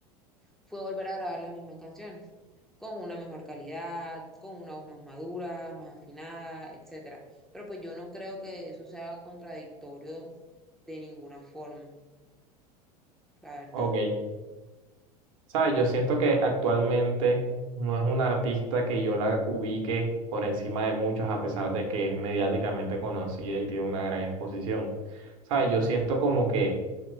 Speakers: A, in the centre; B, on the right (about 55°).
A: fue volver a grabar las mismas canciones, con una mejor calidad, con una voz más madura, más afinada, etcétera. Pero pues yo no creo que eso sea contradictorio de ninguna forma, la verdad.
B: Ok. ¿Sabes? Yo siento que actualmente no es una artista que yo la ubique por encima de muchos, a pesar de que es mediáticamente conocida y tiene una gran exposición. ¿Sabes? Yo siento como que